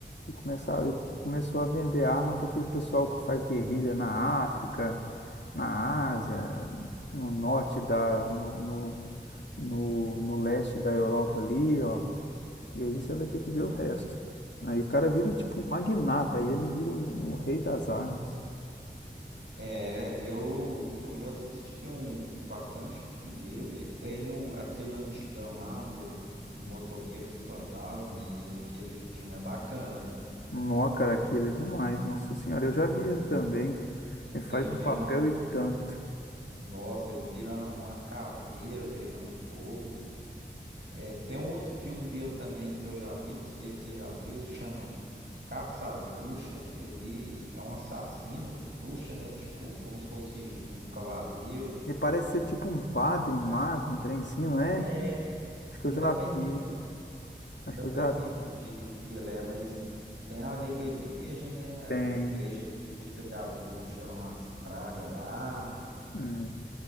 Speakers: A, on the left; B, on the right.
A: e começava, e começou a vender arma para aquele pessoal que faz guerrilha na África, na Ásia,
B: Hum,
A: no norte da, no, no, no, no leste da Europa ali, ó. E aí você vai ter que ver
B: Sim.
A: o resto. Aí o cara vira tipo um magnata, aí ele vira o, o rei das armas.
B: É, eu, eu já assisti um bastante filme dele. Tem o, aquele antigão lá do, do Motoqueiros Fantasma e ele, aquele filme é bacana, viu?
A: Nó, cara, aquele é demais, nossa senhora. Eu já vi ele também. Ele faz
B: Ele
A: um
B: vira
A: papel
B: uma,
A: e tanto.
B: nossa, ele vira uma caveira pegando fogo. É, tem um outro filme dele também que eu já vi, não sei se você já viu, se chama Caça às Bruxas. Ele é um assassino de bruxa, né? Tipo como se fosse um cavaleiro.
A: Ele parece ser tipo um padre, um mago, um trem assim, não é?
B: É,
A: Acho que
B: Não
A: eu já
B: dá para
A: vi.
B: entender.
A: Acho
B: Não dá
A: que
B: para
A: eu já
B: entender direito o que ele é, mas tem a ver com a igreja, né?
A: tem.
B: A igreja acredita que as bruxas são as pragas lá,
A: Hum,